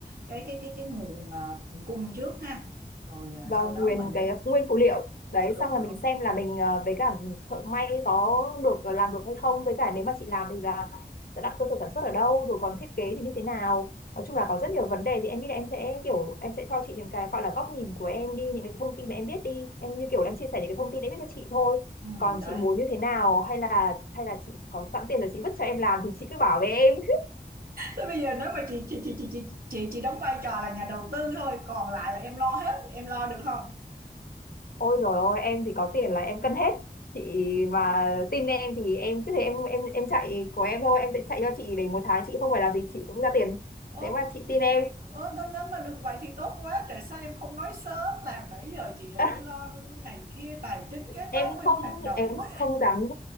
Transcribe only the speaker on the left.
và
nguyên
cái
nguyên phụ liệu đấy
xong là
mình xem là mình ờ, với cả thợ may có được ờ, làm được hay không với cả nếu mà chị làm thì là sẽ đặt cơ sở sản xuất ở đâu rồi còn thiết kế thì như thế nào nói chung là có rất nhiều vấn đề thì em nghĩ là em sẽ kiểu em sẽ cho chị những cái gọi là góc nhìn của em đi những cái thông tin mà em biết đi em như kiểu là em chia sẻ những cái thông tin em biết cho chị thôi
còn
chị muốn như thế nào hay là hay là chị có sẵn tiền rồi chị vứt cho em làm thì chị cứ bảo với em
Ôi rồi ôi em thì có tiền là em cân hết chị mà tin em thì em cứ thế em em em chạy của em thôi em sẽ chạy cho chị để một tháng chị không phải làm gì chị cũng ra tiền
nếu mà chị tin em
<laughs>
em
không
em
không dám